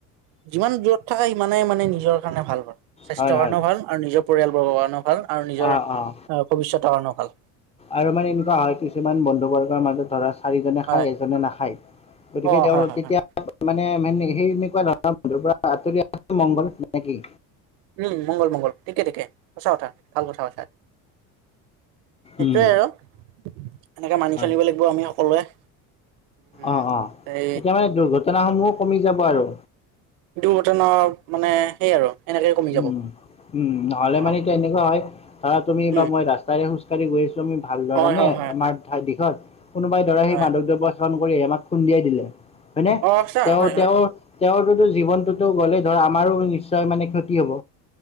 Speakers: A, on the right; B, on the left.
A: যিমান দূৰত থাকে সিমানেই মানে নিজৰ কাৰণে ভাল ভাল স্বাস্থ্যৰ
B: হয় হয়
A: কাৰণেও ভাল আৰু নিজৰ পৰিয়ালবৰ্গৰ কাৰণেও ভাল। ভাল আৰু নিজৰ
B: অ অ
A: ভৱিষ্যতৰ কাৰণেও ভাল।
B: আৰু মানে এনেকুৱা হয় কিছুমান বন্ধু বৰ্গৰ মাজত ধৰা চাৰিজনে
A: হয়
B: খায় এজনে নাখায় গতিকে
A: অ
B: তেওঁলোক
A: হয় হয়
B: তেতিয়া
A: হয়
B: মানে সেই এনেকুৱা ধৰণৰ বানধৰ পৰা আঁতৰি মংগল নে কি
A: উম মংগল মংগল ঠিকে ঠিকে সচাঁ কথা ভাল কথা আচা। সেইটোৱে
B: উম।
A: আৰু এনেকে মানি
B: হয়
A: চলিব লাগিব আমি সকলোৱে। উম
B: অ অ
A: এই
B: এতিয়া মানে দুৰ্ঘটনা সমূহো কমি যাব আৰু
A: দুৰ্ঘটনাৰ মানে সেই আৰু এনেকে কমি
B: উম
A: যাব
B: উম নহলে
A: অ
B: মানে এতিয়া এনেকুৱা হয় ধৰা তুমি
A: উম
B: বা মই ৰাস্তা গৈ আছো আমি ভাল ধৰণে
A: হয় হয় হয়
B: আমাৰ
A: হয়
B: ঠাই দিশত কোনোবাই দৰা
A: হয়
B: সেই মাদক দ্ৰৱ্য কৰি আমাক খুন্দিয়াই দিলে হয়নে
A: অ সঁচা
B: তেওঁ
A: হয় হয়
B: তেওঁ তেওঁৰ জীৱনটোতো গ'লেই ধৰ আমাৰো নিশ্চয় মানে ক্ষতি হ'ব।